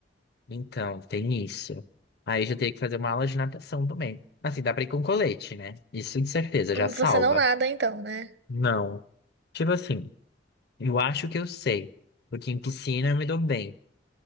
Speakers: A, on the left; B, on the right.
A: então tem isso. Aí já teria que fazer uma aula de natação também. Assim, dá pra ir com colete, né? Isso de certeza, já
B: Hum,
A: salva.
B: Você não nada, então, né?
A: Não. Tipo assim, eu acho que eu sei, porque em piscina eu me dou bem.